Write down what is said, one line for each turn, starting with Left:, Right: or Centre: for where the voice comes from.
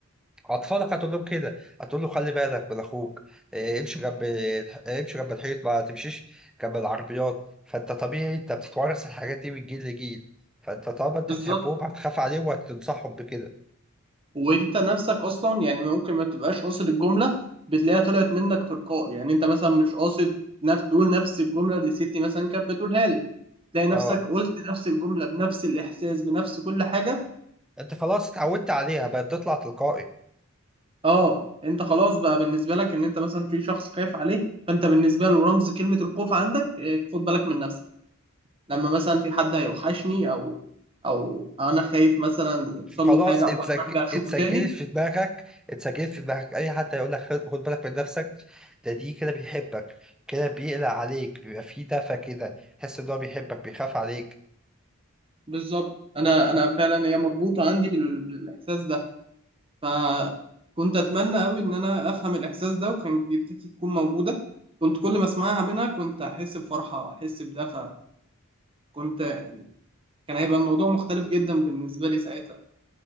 Centre: اطفالك هتقول لهم كده هتقول له خلي بالك من اخوك اه، امشي جنب الح- امشي جنب الحيط ما تمشيش جنب العربيات فانت طبيعي انت بتتورث الحاجات دي من جيل لجيل فانت طالما انت
Right: بالظبط
Centre: بتحبهم هتخاف عليهم وهتنصحهم بكده
Right: وانت نفسك اصلا يعني ممكن ما تبقاش قاصد الجمله بتلاقيها طلعت منك تلقائي يعني انت مثلا مش قاصد نفس تقول نفس الجمله اللي ستي مثلا كانت بتقولها لي تلاقي نفسك
Centre: اه
Right: قلت نفس الجمله بنفس الاحساس بنفس كل حاجه
Centre: انت خلاص اتعودت عليها بقت تطلع تلقائي
Right: اه انت خلاص بقى بالنسبه لك ان انت مثلا في شخص خايف عليك فانت بالنسبه له رمز كلمه الخوف عندك إيه، خد بالك من نفسك لما مثلا في حد هيوحشني او او انا خايف مثلا يحصل
Centre: فخلاص
Right: له حاجه او
Centre: اتسج...
Right: برجع اشوفه
Centre: اتسجلت
Right: تاني
Centre: في دماغك اتسجلت في دماغك اي حد هيقول لك خد خد بالك من نفسك ده دي كده بيحبك كده بيقلق عليك بيبقى فيه دفى كده تحس ان هو بيحبك بيخاف عليك
Right: بالظبط انا انا فعلا هي مربوطه عندي بال- بالاحساس ده فكنت اتمنى قوي ان انا افهم الاحساس ده وكان جدتي تكون موجوده كنت كل ما اسمعها منها كنت احس بفرحه واحس بدفى كنت كان هيبقى الموضوع مختلف جدا بالنسبه لي ساعتها